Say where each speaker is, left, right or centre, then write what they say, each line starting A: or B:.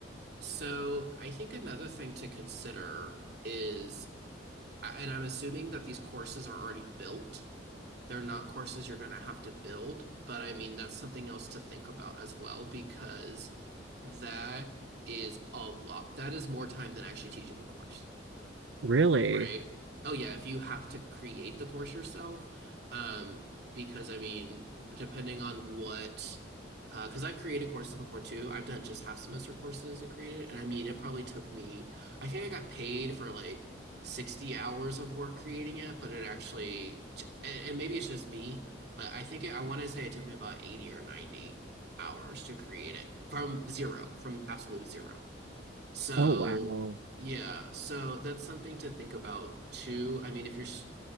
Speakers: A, on the right; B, on the right.
A: So I think another thing to consider is, and I'm assuming that these courses are already built. They're not courses you're going to have to build, but I mean, that's something else to think about as well because that is a lot. That is more time than actually teaching the course.
B: Really?
A: Right. Oh yeah, if you have to create the course yourself, um, because I mean, depending on what, uh, because I've created courses before too. I've done just half semester courses and created, and I mean, it probably took me, I think I got paid for like 60 hours of work creating it, but it actually, and, and maybe it's just me, but I think it, I want to say it took me about 80 or 90 hours to create it from zero, from absolute zero. So,
B: Oh wow.
A: yeah, so that's something to think about too. I mean, if you're s-